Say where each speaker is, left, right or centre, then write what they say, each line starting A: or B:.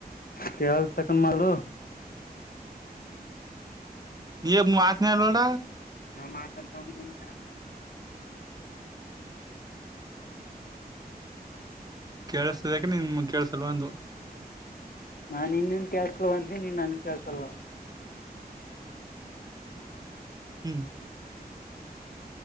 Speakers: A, on the left; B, on the right.
A: ಕಳ್ ತಕೊಂಡ ಮಾಡು
B: ನೀ ಮಾತನಲೋಡ
A: ನಾವು ಮಾತಾಡ್ತೋಗ ತಂಬ
B: ಕೆೇಳಸದ ನಿಮ ಚಲಂದು
A: ನಾ ಇನ್ನನ್ ಕ್ಯಾಸ್ಲ್ಲ ಬಂತನಿ ನೀನ್ ನನ್ ಕ್ಯಾಸಲ್ಲ
B: ಹ್ಮ್